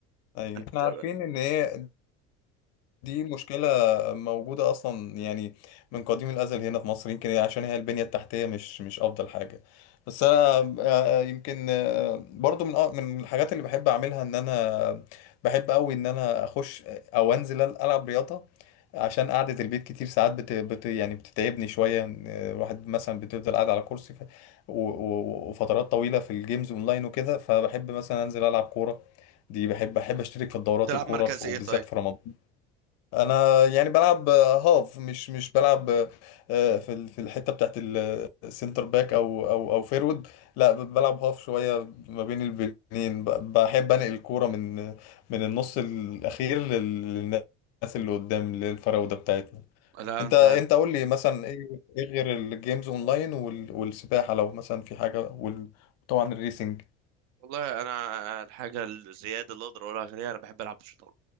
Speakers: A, on the left; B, on the right.
A: ايوه
B: انت
A: احنا عارفين ان هي دي مشكلة موجودة أصلا يعني من قديم الأزل هنا في مصر يمكن عشان هي البنية التحتية مش مش أفضل حاجة بس أنا آه، يمكن آه، برضو من أ- من الحاجات اللي بحب أعملها إن أنا بحب أوي إن أنا أخش أو أنزل أل- ألعب رياضة عشان قعدة البيت كتير ساعات بت... بت... يعني بتتعبني شوية آه، الواحد مثلا بتفضل قاعد على كرسي ف... و... و... وفترات طويلة في الجيمز أونلاين وكده فبحب مثلا أنزل ألعب كورة دي بحب بحب أشترك في الدورات
B: تلعب
A: الكورة
B: مركز
A: في... وبالذات
B: ايه طيب؟
A: في رمضان انا يعني بلعب آه، هاف مش مش بلعب آه، آه، في ال- في الحته بتاعت السنتر باك او او او فيرود لا ب- بلعب هاف شويه ما بين البنين ب- بحب انقل الكوره من من النص الاخير لل- للناس اللي قدام للفراوده بتاعتنا
B: لا
A: انت
B: انت
A: انت قول لي مثلا ايه إيه غير الجيمز اونلاين وال- والسباحه لو مثلا في حاجه وطبعا الريسنج
B: والله انا الحاجه الزياده اللي اقدر اقولها غير انا بحب العب بالشطرنج